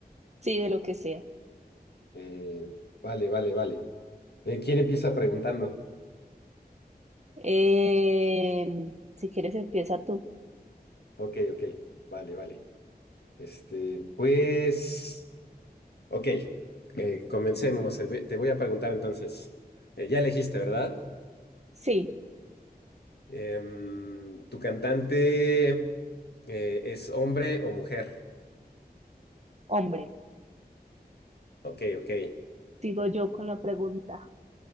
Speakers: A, on the right (about 40°); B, on the left (about 80°).
A: Sí, de lo que sea.
B: Eh, vale, vale, vale. Eh, ¿quién empieza preguntando?
A: Eh, si quieres, empieza tú.
B: Ok, ok, vale, vale. Este, pues... Ok, eh, comencemos. Eh, voy- Te voy a preguntar entonces, eh, ya elegiste, ¿verdad?
A: Sí,
B: Em, ¿tu cantante eh, es hombre o mujer?
A: hombre,
B: Ok, ok,
A: sigo yo con la pregunta.